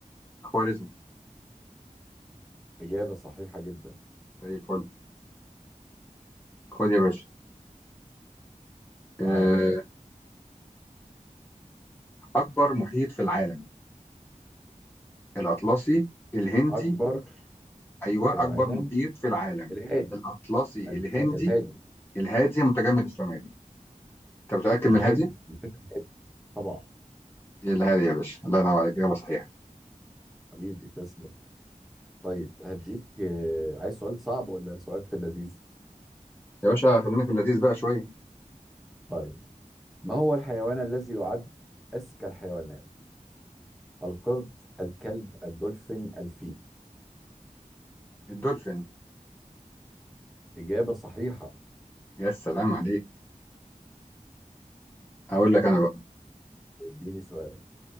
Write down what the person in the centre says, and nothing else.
إجابة صحيحة جدا
معاك
أكبر
في العالم
الهادي
الح...
الهادي
الهادي
الفكر الهادي طبعا
حبيبي تسلم طيب هديك آه، عايز سؤال صعب ولا سؤال في اللذيذ؟
طيب ما هو الحيوان الذي يعد أذكى الحيوانات؟ القرد الكلب الدولفين الفيل
إجابة صحيحة
اديني سؤالك